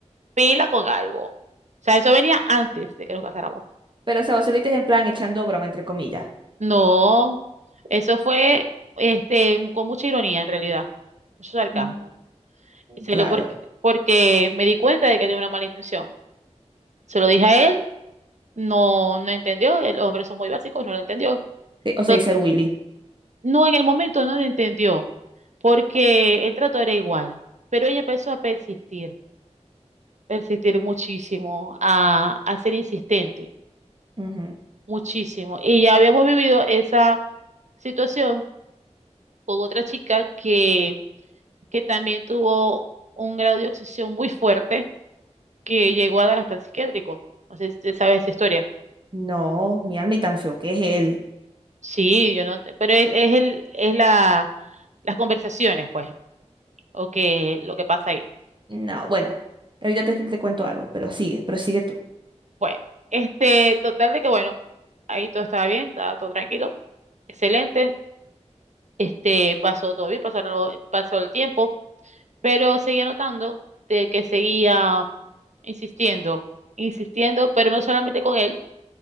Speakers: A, on the right; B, on the right.
A: pila con algo. O sea, eso venía antes de que nos casáramos.
B: Pero, o sea, vos se lo dices en plan echando broma, entre comillas.
A: No, eso fue este con mucha ironía en realidad, mucho sarcasmo.
B: Mm,
A: Se
B: Claro.
A: lo porque, porque me di cuenta de que tenía una mala intención. Se lo dije a él, no, no entendió, el hombre son muy básicos, no lo entendió.
B: Eh, O sea,
A: To-
B: dice el Willy.
A: No, en el momento no lo entendió, porque el trato era igual, pero ella empezó a persistir, persistir muchísimo, a, a ser insistente,
B: Ujú.
A: muchísimo. Y ya habíamos vivido esa situación con otra chica que que también tuvo un grado de obsesión muy fuerte que llegó a dar hasta el psiquiátrico. No sé si te sabes esa historia.
B: No, mi alma y tan feo que es él.
A: Sí, yo no, pero es, es el, es la, las conversaciones, pues, o que lo que pasa ahí.
B: No, bueno. Ahorita te, te cuento algo, pero sigue, pero sigue tú.
A: Bueno, este, total de que bueno, ahí todo estaba bien, estaba todo tranquilo, excelente, este, pasó todo bien, pasaron, pasó el tiempo, pero seguía notando de que seguía insistiendo, insistiendo, pero no solamente con él,